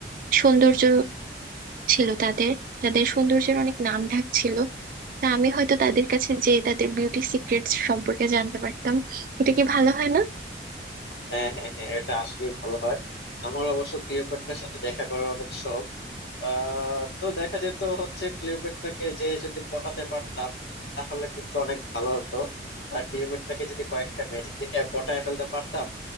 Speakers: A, on the right; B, on the left.
A: সৌন্দর্য ছিল তাদের তাদের সৌন্দর্যের অনেক নাম ঢাক ছিল তা আমি হয়তো তাদের কাছে যে তাদের বিউটি সিক্রেটস সম্পর্কে জানতে পারতাম এটা কি ভালো হয় না
B: হ্যাঁ হ্যাঁ হ্যাঁ এটা আসলে ভালো হয় আমার অবশ্য ক্লিওপেট্রার সাথে দেখা করার অনেক শখ আহ তো দেখা যেত হচ্ছে ক্লিওপেট্রাকে যে যদি পটাতে পারতাম তাহলে কিন্তু অনেক ভালো হতো আর ক্লিওপেট্রাকে যদি কয়েকটা ম্যাজিক দেখে পটায় ফেলতে পারতাম